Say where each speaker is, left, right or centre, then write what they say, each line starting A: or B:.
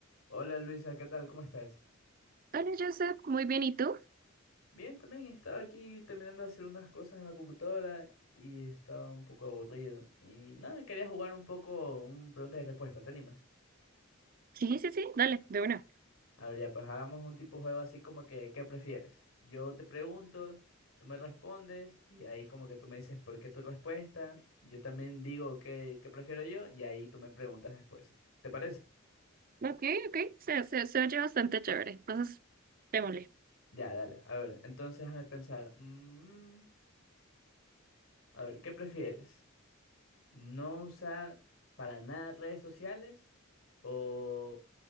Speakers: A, on the left; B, on the right.
A: Hola Luisa, ¿qué tal? ¿Cómo estás?
B: Hola, Joseph. Muy bien, ¿y tú?
A: Bien, también estaba aquí terminando de hacer unas cosas en la computadora y estaba un poco aburrido. Y nada, quería jugar un poco un preguntas y respuestas, ¿te animas?
B: Sí, sí, sí, dale, de una.
A: A ver, ya, pues hagamos un tipo de juego así como que, ¿qué prefieres? Yo te pregunto, tú me respondes y ahí como que tú me dices por qué tu respuesta, yo también digo qué, qué prefiero yo y ahí tú me preguntas después. ¿Te parece?
B: Ok, ok, se, se, se oye bastante chévere. Entonces, démosle.
A: Ya, dale. A ver, entonces déjame pensar. mm, a ver, ¿qué prefieres? No usar para nada redes sociales o